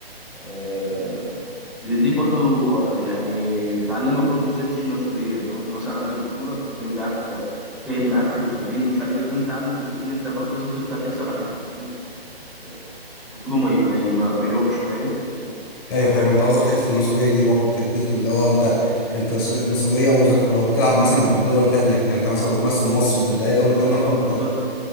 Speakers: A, in the centre; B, on the left (about 25°).
A: آه، دي برضو يعني بتعلمك برضو ازاي تشيل مسؤوليه لو انت مثلا عندك بطوله الكابتن بتاعك تعب معاك في التمرين ومش عارف ايه فانت عندك مسؤوليه ان انت برضو لازم تطلع تكسب عشان كابتنك آه، مجهوده ما ي- ما ي- ما ما يروحش فاهم
B: ايوه فاهم انت قصدك حته المسؤوليه دي برضو بتديك اللي هو انت انت س- المسؤوليه وز- ولو بتلعب مثلا ضد دول تانية يعني انت مثلا لو بتمثل مصر ضد اي دوله تانية
A: اه
B: فانت
A: بالظبط